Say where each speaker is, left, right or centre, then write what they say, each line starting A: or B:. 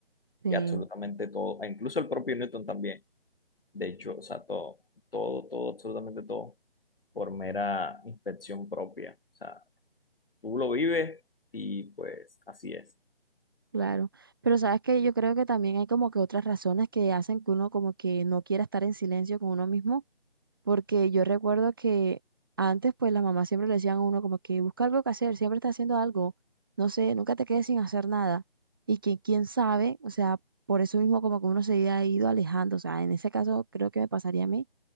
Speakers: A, on the right (about 20°); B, on the left (about 65°).
A: sí,
B: y absolutamente todo, e incluso el propio Newton también, de hecho, o sea, todo, todo, todo, absolutamente todo, por mera inspección propia, o sea, tú lo vives y pues así es.
A: claro. Pero sabes que yo creo que también hay como que otras razones que hacen que uno como que no quiera estar en silencio con uno mismo porque yo recuerdo que antes pues las mamás siempre le decían a uno como que busca algo que hacer, siempre está haciendo algo, no sé, nunca te quedes sin hacer nada. Y que quién sabe, o sea, por eso mismo como que uno se ha ido alejando, o sea, en ese caso creo que me pasaría a mí.